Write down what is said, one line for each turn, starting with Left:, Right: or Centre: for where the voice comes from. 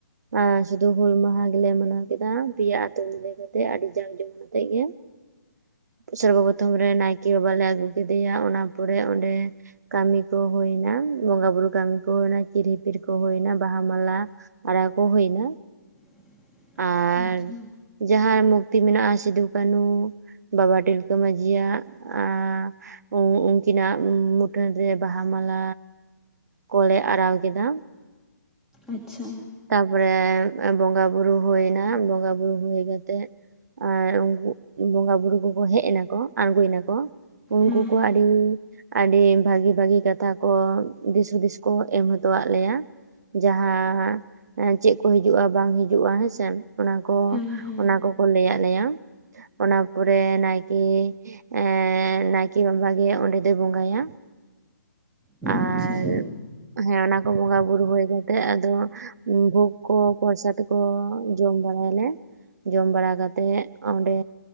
Right: ᱟᱨ ᱥᱩᱫᱩ ᱦᱩᱞ ᱢᱟᱦᱟ ᱜᱮᱞᱮ ᱢᱟᱱᱟᱣ ᱠᱮᱫᱟ, ᱫᱤᱭᱟ ᱟᱛᱩ ᱢᱤᱞᱟᱹᱣ ᱠᱟᱛᱮᱜ ᱟᱹᱰᱤ ᱡᱟᱠ ᱡᱚᱢᱚᱠ ᱛᱮ ᱜᱮ᱾ ᱥᱚᱨᱵᱚ ᱯᱨᱚᱛᱷᱚᱢ ᱨᱮ ᱱᱟᱭᱠᱮ ᱵᱟᱵᱟ ᱞᱮ ᱟᱹᱜᱩ ᱠᱮᱫᱮᱭᱟ᱾ ᱚᱱᱟ ᱯᱚᱨᱮ ᱚᱸᱰᱮ ᱠᱟᱹᱢᱤ ᱠᱚ ᱦᱩᱭᱱᱟ, ᱵᱚᱸᱜᱟ ᱵᱩᱨᱩ ᱠᱟᱹᱢᱤ ᱠᱚ ᱦᱩᱭᱱᱟ, ᱪᱤᱨ ᱦᱤᱯᱤᱲ ᱠᱚ ᱦᱩᱭᱱᱟ, ᱵᱟᱦᱟ ᱢᱟᱞᱟ ᱟᱨᱟᱣ ᱠᱚ ᱦᱩᱭᱱᱟ᱾
Centre: <inaudible>
Right: ᱟᱨ
Centre: ᱟᱪᱪᱷᱟ᱾
Right: ᱡᱟᱦᱟᱸ ᱨᱮ ᱢᱩᱠᱛᱤ ᱢᱮᱱᱟᱜᱼᱟ ᱥᱤᱫᱩ ᱠᱟᱹᱱᱦᱩ᱾ ᱵᱟᱵᱟ ᱴᱤᱞᱠᱟᱹ ᱢᱟᱹᱡᱷᱤᱭᱟᱜ, ᱟᱸ ᱩᱸ ᱩᱝᱠᱤᱱᱟᱜ ᱢᱩᱴᱟᱹᱱ ᱨᱮ ᱵᱟᱦᱟ ᱢᱟᱞᱟ ᱠᱚᱞᱮ ᱟᱨᱟᱣ ᱠᱮᱫᱟ᱾
Centre: ᱟᱪᱪᱷᱟ᱾
Right: ᱛᱟᱯᱚᱨᱮ ᱵᱚᱸᱜᱟ ᱵᱩᱨᱩ ᱦᱩᱭᱱᱟ, ᱵᱚᱸᱜᱟ ᱵᱩᱨᱩ ᱦᱩᱭ ᱠᱟᱛᱮᱜ᱾ ᱟᱨ ᱩᱱᱠᱩ ᱵᱚᱸᱜᱟ ᱵᱩᱨᱩ ᱠᱚᱠᱚ ᱦᱮᱡ ᱮᱱᱟᱠᱚ ᱟᱬᱜᱚᱭᱱᱟᱠᱚ᱾ ᱩᱱᱠᱩ
Centre: ᱦᱮᱸ
Right: ᱠᱚ
Centre: ᱦᱮᱸ
Right: ᱟᱹᱰᱤ, ᱟᱹᱰᱤ ᱵᱷᱟᱹᱜᱤ ᱵᱷᱟᱹᱜᱤ ᱠᱟᱛᱷᱟ ᱠᱚ ᱫᱤᱥ ᱦᱩᱫᱤᱥ ᱠᱚ ᱮᱢ ᱦᱚᱴᱚᱣᱟᱜ ᱞᱮᱭᱟ ᱡᱟᱦᱟᱸ ᱦᱟᱸ, ᱪᱮᱫ ᱠᱚ ᱦᱤᱡᱩᱜᱼᱟ ᱵᱟᱝ ᱦᱤᱡᱩᱜᱼᱟ, ᱦᱮᱸᱥᱮ᱾ ᱚᱱᱟ ᱠᱚ
Centre: ᱦᱮᱸ ᱦᱮᱸ
Right: ᱚᱱᱟ ᱠᱚ ᱠᱚ ᱞᱟᱹᱭᱼᱟᱫ ᱞᱮᱭᱟ᱾ ᱚᱱᱟ ᱯᱚᱨᱮ ᱱᱟᱭᱠᱮ, ᱮᱻ ᱱᱟᱭᱠᱮ ᱵᱟᱵᱟ ᱜᱮ ᱚᱸᱰᱮ ᱫᱚᱭ ᱵᱚᱸᱜᱟᱭᱟ᱾ ᱟᱨ
Centre: ᱟᱪᱪᱷᱟ
Right: ᱦᱮᱸ ᱚᱱᱟᱠᱚ ᱵᱚᱸᱜᱟ ᱵᱩᱨᱩ ᱦᱩᱭ ᱠᱟᱛᱮᱜ, ᱟᱫᱚ ᱵᱷᱚᱜᱽ ᱠᱚ ᱯᱚᱭᱥᱟ ᱛᱮᱠᱚ ᱡᱚᱢ ᱵᱟᱲᱟᱭᱟᱞᱮ᱾ ᱡᱚᱢ ᱵᱟᱲᱟ ᱠᱟᱛᱮᱜ, ᱚᱸᱰᱮ